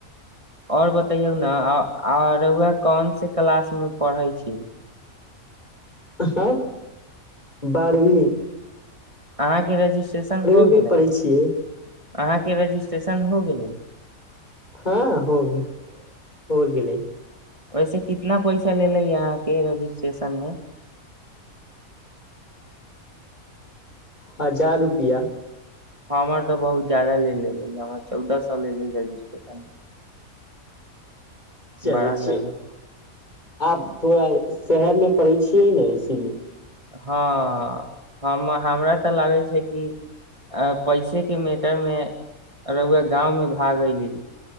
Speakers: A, on the right; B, on the left.
A: ओर बतैयौ ने अरहुआ कोौन से क्लास मे पढ़ै छी
B: ह बारवी
A: अहाँके रजिस्ट्रेशन हो
B: में
A: गेलै
B: पढ़े छियै
A: अहाँके रजिस्ट्रेशन हो गेलै
B: हँ हगे होग लै
A: वैसे कितना पैसा ले ले यहके रजिस्ट्रेशन मे
B: हजार रुपआ
A: हमर तऽ बहुत जाददा ले लेल हमर चौदह सए लेले रजिस्ट्रेशन
B: चले
A: बड़ा
B: छै
A: जदा
B: आब थोड़ा शहर मे पढ़ै छियै ने इसीलिए
A: हँ हम हमरा तऽ लागै छै कि अ पैसे के मैटर मे रुआ गाँवमे भाग अयली